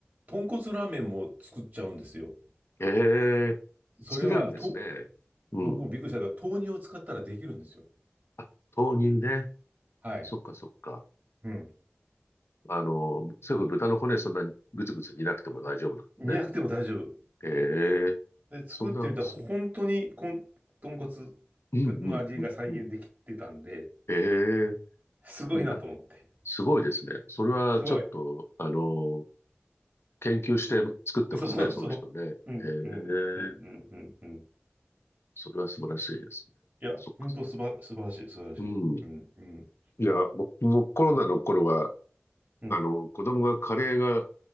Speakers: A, on the right; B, on the left.
A: 豚骨ラーメンも作っちゃうんですよ。
B: ええ。
A: それは、
B: 作れるんですね。
A: と、
B: うん。
A: 僕もびっくりしたけど、豆乳を使ったらできるんですよ。
B: あ、豆乳ね。
A: はい。
B: そっかそっか。
A: うん。
B: あの、それこそ豚の骨そんなにぐつぐつ煮なくても大丈夫なんですね。
A: 煮なくても大丈夫。
B: ええ。
A: で、作ってみたら本当にこん豚骨
B: そんな、そ、うんうんうんうん。
A: の味が再現できてたんで、
B: ええ、
A: すごいなと思って。
B: いいな。すごいですね。それはちょっと、
A: すごい。
B: あの、研究して作ってますね、
A: そうそ
B: その人ね。ええ、
A: う。うん、うん、うん、うん、うん。うん
B: それは素晴らしいですね。
A: いや、
B: そっか。
A: 本当すば素晴らしい、素晴らしい。
B: うん。い
A: うん、うん、
B: や、僕もコロナの頃は、
A: うん。うん
B: あの、子供がカレーが